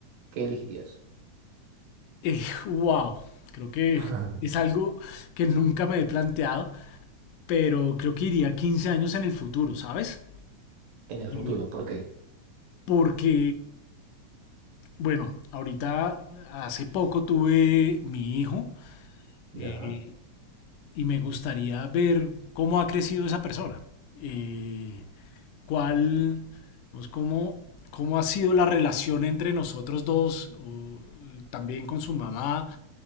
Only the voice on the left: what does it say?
Eh, wow. Creo que
es algo que nunca me he planteado, pero creo que iría 15 años en el futuro, ¿sabes?
Eh,
porque Bueno, ahorita hace poco tuve mi hijo
eh, y me gustaría ver cómo ha crecido esa persona. Eh, cuál, pues, cómo, cómo ha sido la relación entre nosotros dos, o, eh, también con su mamá,